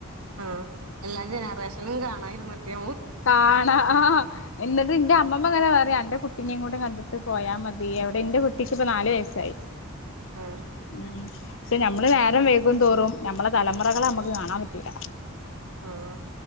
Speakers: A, on the right; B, on the left.
A: ആ എല്ലാ ജനറേഷനും കാണാരുന്നിട്ടേ
B: കാണാ ആഹ എന്നട്ട് എന്റെ അമ്മ അങ്ങന പറയാ എന്റെ കുട്ടീേ കൂ കണ്ടിട്ട പോയാൽ മതി എവിടെ എന്റെ കുട്ടിക്ക്പ്പ നാ വയസ് സായി
A: ആ
B: ഉ പക്ഷെ നമ്മള് നേരം വൈകും തോറും നമ്മളെ തലമുറകെ നമുക്ക് കാണാൻ പറ്റൂല്ല
A: ആഹ്